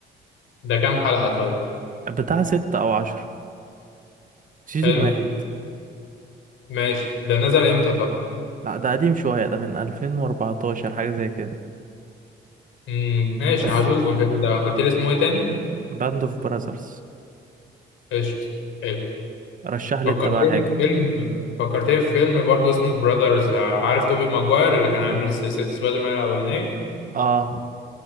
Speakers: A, on the left; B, on the right.
A: ده كام حلقه طيب
B: بتاع ستة او عشر سيزون
A: حلو
B: واحد
A: ماشي ده نزل امتى طب
B: لا ده قديم شويه ده من 2014 حاجه زي كده
A: امم ماشي
B: بس
A: هشوفه الفيلم ده قلت لي اسمه ايه تاني
B: باند اوف براذرز
A: قشطه حلو
B: رشح لي
A: فكرتني
B: انت بقى حاجه
A: في فيلم فكرتني في فيلم برضه اسمه براذرز عارف توبي ماجواير اللي كان عامل سلسله سبايدر مان الاولانيه
B: اه